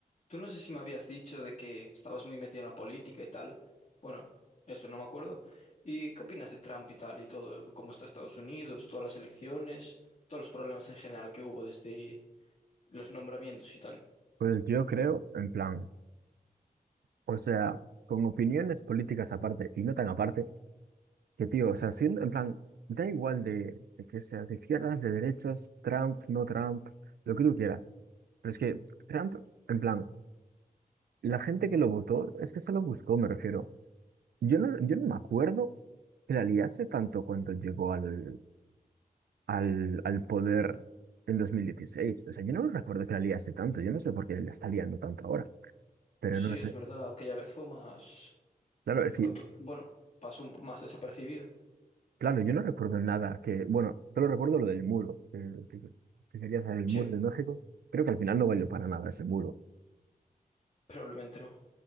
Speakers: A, on the left; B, on the right.
A: Tú no sé si me habías dicho de que estabas muy metido en la política y tal. Bueno, eso no me acuerdo. ¿Y qué opinas de Trump y tal y todo? ¿Cómo está Estados Unidos, todas las elecciones, todos los problemas en general que hubo desde los nombramientos y tal?
B: Pues yo creo, en plan, o sea, con opiniones políticas aparte y no tan aparte, que tío, o sea, siendo, en plan, da igual de, de que seas de izquierdas, de derechas, Trump, no Trump, lo que tú quieras. Pero es que Trump, en plan, la gente que lo votó es que se lo buscó, me refiero. Yo no, yo no me acuerdo que la liase tanto cuando llegó al, al, al poder en dos mil dieciséis O sea, yo no recuerdo que la liase tanto, yo no sé por qué la está liando tanto ahora, pero
A: Sí,
B: no
A: es
B: sé.
A: verdad, aquella vez fue más...
B: Claro, es
A: fue
B: que
A: to- bueno, pasó un, po- más desapercibido.
B: Claro, yo no recuerdo nada que, bueno, solo recuerdo lo del muro, que, que- que quería hacer el
A: Sí,
B: muro de México. Creo que al final no valió para nada ese muro.
A: probablemente no.